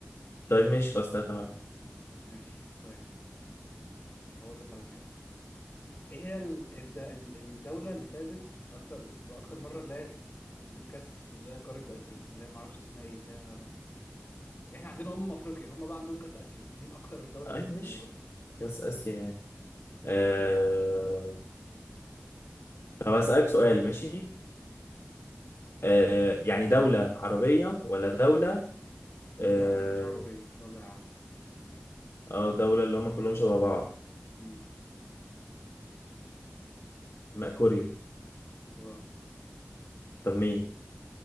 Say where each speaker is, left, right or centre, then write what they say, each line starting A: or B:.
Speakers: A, on the left; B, on the left.
A: طيب ماشي خلاص تلاتة واحد
B: ماشي طيب هقول لك على حاجة إيه هي ال- الد- ال- الدولة اللي فازت أكتر بأكتر مرة اللي هي في- بالكأس اللي هي قارة آسيا اللي هي معرفش اسمها إيه اللي هي... يعني إحنا عندنا أمم أفريقيا هم بقى عندهم كأس آسيا مين أكتر دولة
A: اي
B: فازت
A: ماشي
B: بيها بقى؟
A: كاس اسيا يعني آه... طب هسألك سؤال ماشي آه... يعني دولة عربية ولا دولة اه
B: لا مش عربية يلا يا عم
A: آه، دولة اللي هم كلهم شبه بعض
B: امم
A: ما كوريا
B: غلط
A: طب مين